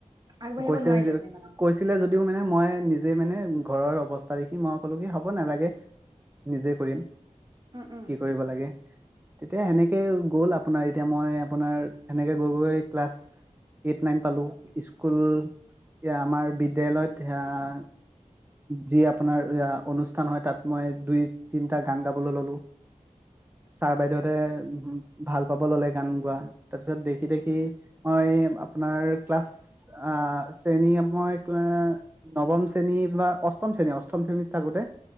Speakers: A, on the right (about 35°); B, on the right (about 15°).
A: আগবাঢ়িব
B: কৈছে
A: নোৱাৰিলে
B: যে,
A: মানে ইমান
B: কৈছিলে যদ দিওঁ মানে মই নিজে মানে, ঘৰৰ অৱস্থা দেখি মই ক'লোঁ কি হ'ব নালাগে, নিজে কৰিম।
A: উম উম
B: কি কৰিব লাগে। তেতিয়া সেনেকে গ'ল আপোনাৰ এতিয়া মই আপোনাৰ, সেনেকে গৈ গৈ ক্লাছ এইট, নাইন পালোঁ। স্ক কুল আমাৰ বিদ্যালয়ত আহ যি আপোনাৰ অহ অনুষ্ঠান হয় তাত মই দুই তিনটা গান গাবলৈ ললোঁ। ছাৰ-বাইদেউহতে ভাল পাব ল'লে গান গোৱা, তাৰ পিছত দেখি দেখি মই আপোনাৰ ক্লাছ আহ শ্ৰেণী মই তে নৱম শ্ৰেণী বা অষ্টম শ্ৰেণী, অষ্টম শ্ৰেণীত থাকোতে